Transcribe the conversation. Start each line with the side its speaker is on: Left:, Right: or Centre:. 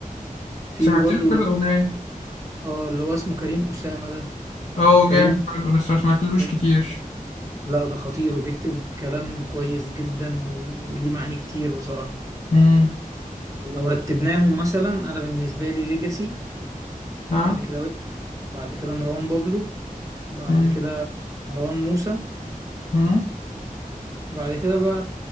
Right: في
Left: سمعت
Right: برضه
Left: له
Right: اللي
Left: كذا
Right: هو
Left: أغنية
Right: اه اللي هو اسمه كريم أسامة ده
Left: اه
Right: كريم
Left: جامد برضه بس ما سمعتلوش
Right: أسامة.
Left: كتير
Right: لا ده خطير وبيكتب كلام كويس جدا وليه معاني كتير بصراحة
Left: مم.
Right: لو رتبناهم مثلا انا بالنسبة لي ليجاسي
Left: ها
Right: بعد كده بعد كده مروان بابلو بعد
Left: مم.
Right: كده مروان موسى
Left: مم.
Right: بعد كده بقى